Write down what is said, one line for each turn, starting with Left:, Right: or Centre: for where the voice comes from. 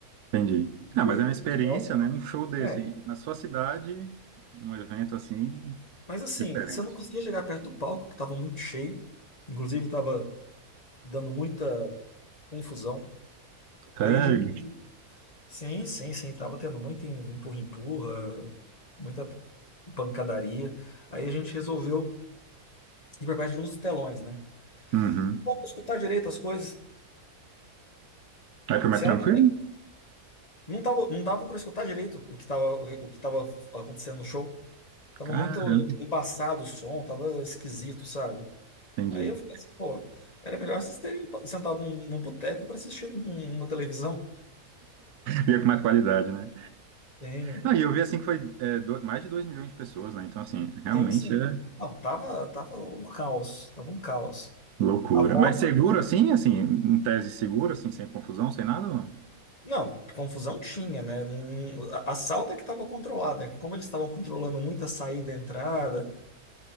Right: Entendi. Ah,
Left: Fui,
Right: mas é uma
Left: com
Right: experiência,
Left: o pessoal.
Right: né? Um show desse.
Left: É.
Right: Na sua cidade, um evento assim,
Left: Mas assim,
Right: diferente.
Left: você não conseguia chegar perto do palco, que tava muito cheio. Inclusive, tava dando muita confusão.
Right: Sério?
Left: Aí a gente. Sim, sim, sim. Tava tendo muito empurra-empurra, muita pancadaria. Aí a gente resolveu ir pra perto de uns dos telões, né?
Right: Uhum.
Left: Não dava pra escutar direito as coisas.
Right: Aí foi
Left: Se
Right: mais
Left: ela
Right: tranquilo?
Left: tiver- não tava, não dava para escutar direito o que tava, o, o que tava acontecendo no show. Tava
Right: Caramba,
Left: muito embaçado o som, tava esquisito, sabe?
Right: entendi.
Left: Aí eu falei assim, pô, era melhor vocês terem pa- sentado num, num boteco para assistir um- uma televisão.
Right: Veio com mais qualidade, né?
Left: Tem,
Right: Não, e eu vi assim que foi é, do- mais de 2 milhões de pessoas, né? Então, assim, realmente
Left: tem sim.
Right: é
Left: Não, tava, tava um caos, tava um caos.
Right: loucura.
Left: A volta.
Right: Mas seguro assim, assim, em tese seguro, assim, sem confusão, sem nada? ou não?
Left: Não, confusão tinha, né? Não- a a salta é que estava controlada, né? Como eles estavam controlando muita saída e entrada,